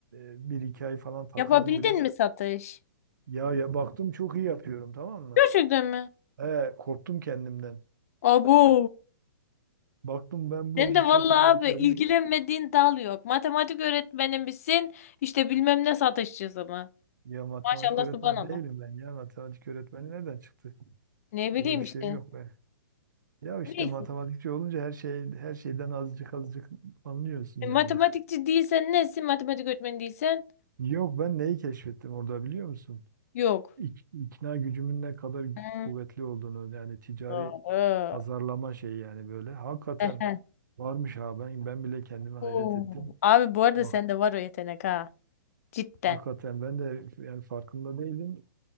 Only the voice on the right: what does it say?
e, bir iki ay falan takıldım
biraz.
Ya ya baktım çok iyi yapıyorum tamam mı?
He, korktum kendimden.
Baktım ben bu
işi
çok
iyi yapıyorum.
Ya matematik
öğretmeni
değilim ben ya. Matematik öğretmeni nereden çıktı?
Öyle bir
şeyim yok ben. Ya işte
matematikçi olunca her şey her şeyden azıcık azıcık anlıyorsun
yani.
Yok ben neyi keşfettim orada biliyor musun?
ik- ikna gücümün ne kadar
kuvvetli olduğunu yani ticari
pazarlama şeyi yani böyle hakikaten
varmış ha ben ben bile kendime hayret
ettim.
Bak
hakikaten ben de yani farkında değildim.